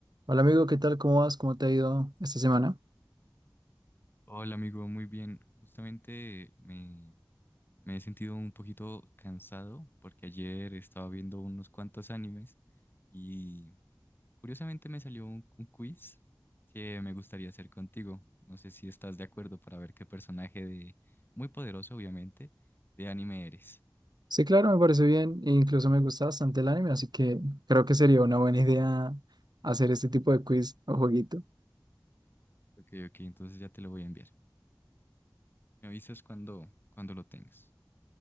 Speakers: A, on the right; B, on the left.
A: Hola amigo, ¿qué tal? ¿Cómo vas? ¿Cómo te ha ido esta semana?
B: Hola amigo, muy bien. Justamente me, me he sentido un poquito cansado porque ayer estaba viendo unos cuantos animes y curiosamente me salió un, un quiz que me gustaría hacer contigo. No sé si estás de acuerdo para ver qué personaje de, muy poderoso obviamente, de anime eres.
A: Sí, claro, me parece bien e incluso me gusta bastante el anime, así que creo que sería una buena idea hacer este tipo de quiz o jueguito.
B: Ok, ok, entonces ya te lo voy a enviar. Me avisas cuando, cuando lo tengas.